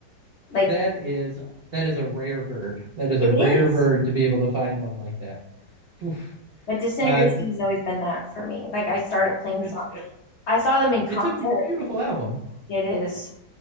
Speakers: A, on the left; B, on the right.
A: Like
B: that is that is a rare bird. That is
A: it
B: a rare
A: is.
B: bird to be able to find one like that. Oof.
A: But Disintegration
B: Uh,
A: has always been that for me. Like I started playing
B: it,
A: songs.
B: it,
A: I saw them in concert
B: it's a beautiful album.
A: It is.